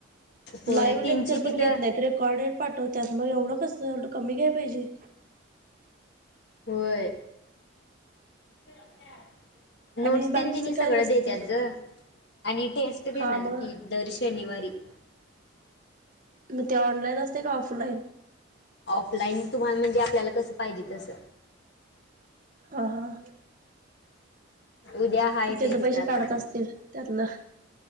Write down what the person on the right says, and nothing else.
-
लाईव्ह
लेक्चर
पण घेत नाही रेकॉर्डेड - त्यात मग एवढं कस ए कमी घ्याय पाहिजे.
आणि बाकीचं
काय नसते
हा मग
मग ते ऑनलाईन असते का ऑफलाईन?
हां.
त्याचे
पैसे
काढत
असतील त्यातलं.